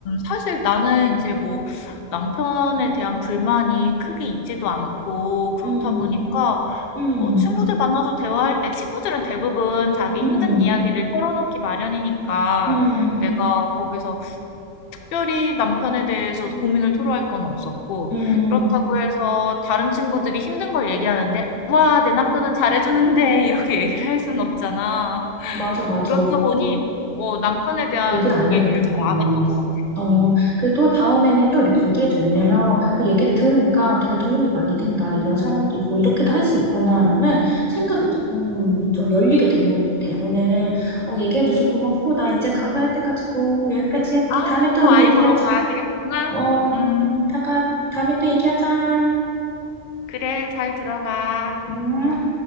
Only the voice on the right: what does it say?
음,
음,
음,
음, 음,
음.
맞아, 맞아.
얘기를 안
하게 됐구나.
어, 그리고 또 다음에는 또 이렇게 얘기해줘. 왜냐면, 어, 얘기를 들으니까 되게 도움이 많이 된다. 이런 사람도 있고, 이렇게도 할 수 있구나라는 생각이 조금 좀 열리게 된 것 같아. 오늘, 어, 얘기해줘서 고맙고, 나 이제 가봐야 돼가지고, 여기까지 할게.
다음에 또
우리
얘기하자.
어,
이따가, 다음에 또 얘기하자.
음.